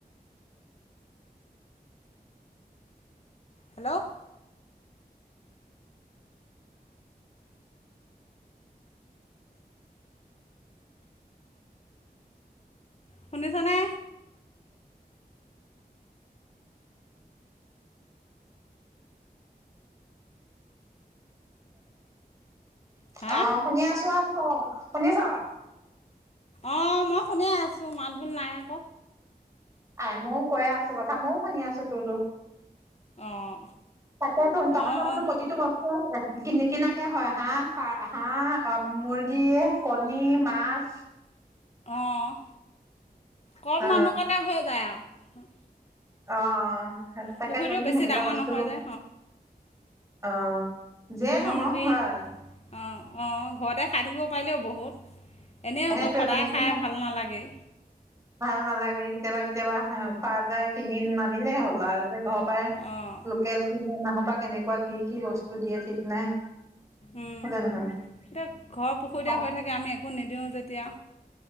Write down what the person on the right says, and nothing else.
আহ শুনি আছো চ শুনি আছা।
আ ময়ও কৈ আছো কথা। ময়ও শুনি আছো তোৰ তো।
এটা ত তাহাঁত
বোলো
পতিটো বস্ত কিন কিনাকে হয় হাঁহ প হাঁহ মুৰ্গী কণী মাছ।
অ
অ'। তাকে
তোন
সেইকেইটা
বস্তু
অ যিয়ে
নহওক হয়
সেইটোৱেতো
নিকিনা
ভাল নালাগে কেতিয়াবা কেতিয়াবা খোৱা যায় কিনি নানিলে হ'ল আৰু যে ঘৰৰ পৰাই
লোকেল নহবা কেনেকুৱা কি কি বস্তু দিয়ে ঠিক নাই।
সেইটো নহয়
অ